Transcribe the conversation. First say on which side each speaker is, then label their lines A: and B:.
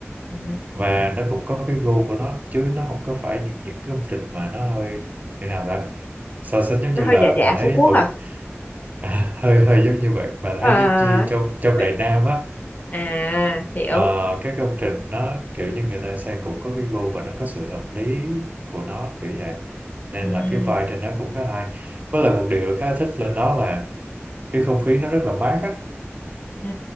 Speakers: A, on the left; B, on the right.
A: Ừ,
B: và nó cũng có cái gu của nó chứ nó không có phải những những cái công trình mà nó hơi như nào ta so sánh giống
A: nó
B: như
A: hơi
B: là
A: giả giả
B: bà thấy
A: Phú Quốc
B: một
A: hả?
B: <laughs> à, hơi hơi giống như vậy bà
A: À,
B: thấy giống như trong trong
A: Ờ.
B: Đại Nam á
A: à hiểu.
B: ờ, cái công trình nó kiểu như người ta xây cũng có cái gu và nó có sự hợp lý của nó kiểu vậy nên
A: Ừ.
B: là cái vibe trên đó cũng khá là hay với lại một điều khá thích lên đó là cái không khí nó rất là mát á
A: Ừ.